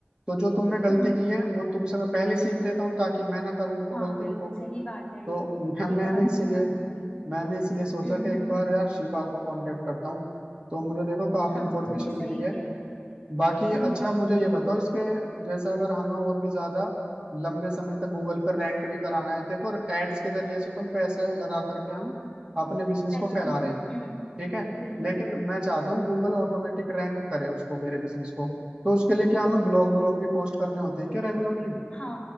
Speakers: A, on the right; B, on the left.
A: तो जो तुमने गलती
B: हम्म।
A: की है वो तुमसे मैं पहले ही सीख लेता हूँ ताकि मैं ना करूँ उनको
B: हाँ
A: गलतियों
B: बिल्कुल
A: को
B: सही बात है
A: तो
B: ये
A: मैं,
B: ये
A: मैंने
B: बहुत
A: इसीलिए
B: सही बात बोली है।
A: मैंने इसलिए
B: हम्म
A: सोचा कि एक
B: हम्म
A: बार यार शिवा को कांटेक्ट करता हूँ तो मुझे देखो काफी
B: हाँ
A: इन्फॉर्मेशन
B: तुमने सही
A: मिली है
B: किया
A: बाकी
B: हम्म
A: अच्छा
B: हम्म
A: मुझे ये बताओ इसके जैसे अगर हमें और भी ज्यादा लंबे समय तक गूगल पर रैंक भी कराना है देखो एड्स के जरिए से तुम पैसे लगा करके हम अपने बिजनेस
B: पैसा
A: को फैला
B: कमाओ
A: रहे
B: हम्म
A: हैं
B: हम्म,
A: ठीक है
B: बिल्कुल
A: लेकिन मैं चाहता हूँ गूगल ऑटोमेटिक रैंक करे उसको मेरे बिजनेस को तो उसके लिए क्या हमें ब्लॉग व्लॉग भी पोस्ट करने होते हैं क्या रेगुलरली <laughs>
B: हाँ